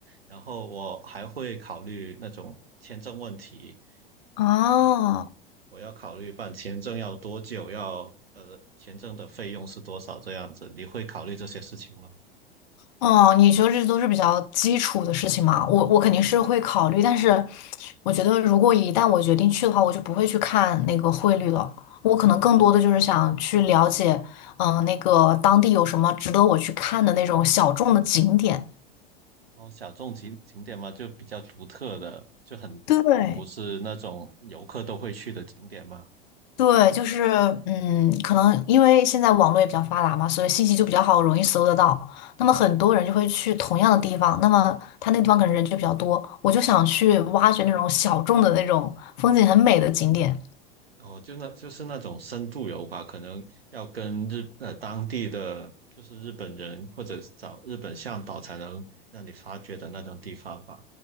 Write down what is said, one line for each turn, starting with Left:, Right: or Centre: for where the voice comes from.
Right: 然后我还会考虑那种签证问题，
Left: 哦，
Right: 因为我我要考虑办签证要多久，要呃签证的费用是多少这样子。你会考虑这些事情吗？
Left: 哦，你觉得这都是比较基础的事情嘛？我我肯定是会考虑，但是我觉得如果一旦我决定去的话，我就不会去看那个汇率了。我可能更多的就是想去了解，嗯、那个当地有什么值得我去看的那种小众的景点。
Right: 哦，小众景景点嘛，就比较独特的，就很不不是那种游客都会去的景点嘛。
Left: 对，对，就是嗯，可能因为现在网络也比较发达嘛，所以信息就比较好，容易搜得到。那么很多人就会去同样的地方，那么他那个地方可能人就比较多，我就想去挖掘那种小众的那种风景很美的景点。
Right: 哦，就那就是那种深度游吧，可能要跟日呃当地的就是日本人或者找日本向导才能让你发掘的那种地方吧。